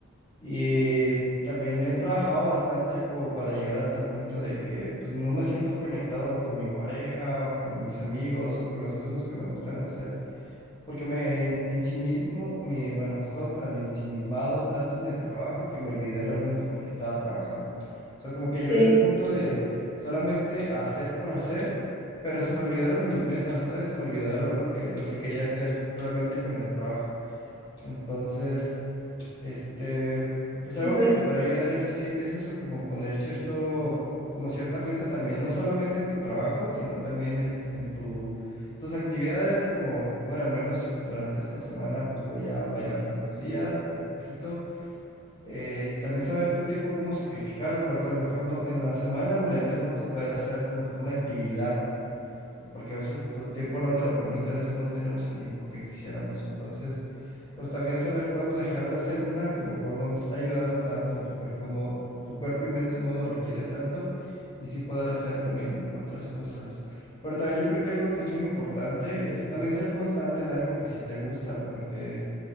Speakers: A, on the left (about 20°); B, on the right (about 20°).
A: y también he trabajado bastante como para llegar a tal punto de que pues no me siento conectado con mi pareja o con mis amigos o con las cosas que me gustan hacer. porque me en, en sí mismo, me, bueno, no estaba tan ensimismado tanto en el trabajo que me olvidé realmente porque estaba trabajando. O sea, como que
B: Sí,
A: yo en el punto de solamente hacer por hacer, pero se me olvidaron mis metas, ¿sabes? Se me olvidaron lo que, lo que quería hacer realmente con el trabajo. Entonces... Este,
B: sí,
A: pues algo
B: pues
A: que te podría ayudar es, sí- es eso, como poner cierto, como cierta meta también, no solamente en tu trabajo, sino también en, en tu, tus actividades, como, bueno, al menos durante esta semana, pues voy a bailar tantos días o poquito, eh, y también saber tu tiempo, cómo sacrificarlo, porque a lo mejor no, en la semana o en el mes no vas a poder hacer a lo mejor una actividad porque a veces tu tiempo no te lo permite, a veces no tenemos el tiempo que quisiéramos. Entonces, pues también saber cuándo dejar de hacer una que a lo mejor no te está ayudando tanto, tu cuerpo no, tu cuerpo y mente no lo requiere tanto, y sí poder hacer también otras cosas. Pero también yo creo que algo que es muy importante es también ser constante en algo que sí te gusta, porque